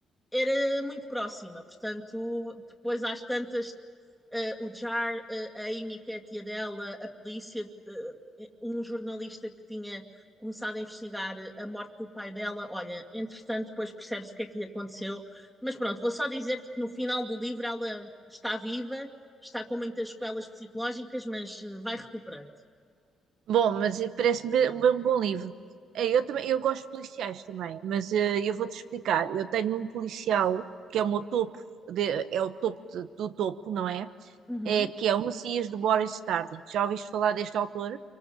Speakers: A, in the centre; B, on the right.
A: era muito próxima, portanto, depois às tantas, eh, o Jar, eh, a Amy, que é a tia dela, a polícia, eh, um jornalista que tinha começado a investigar a morte do pai dela. Olha, entretanto, depois percebe-se o que é que lhe aconteceu. Mas pronto, vou só dizer-te que no final do livro ela está viva, está com muitas sequelas psicológicas, mas eh, vai recuperando.
B: Bom, mas eh, parece-me um bom livro. Eh, Eu também, eu gosto de policiais também, mas eh, eu vou-te explicar. Eu tenho um policial que é o meu topo, de- é o topo de- do topo, não é?
A: Uhum.
B: É que é o Messias do Boris Starling. Já ouviste falar deste autor?